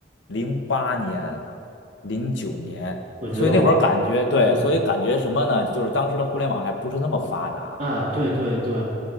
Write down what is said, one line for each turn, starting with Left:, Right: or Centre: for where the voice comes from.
Left: 零八年、零九年，
Right: 我觉得我
Left: 所以那会儿感觉对，
Right: 对
Left: 所以感觉什么呢？就是当时的互联网还不是那么发达。
Right: 啊，对对对，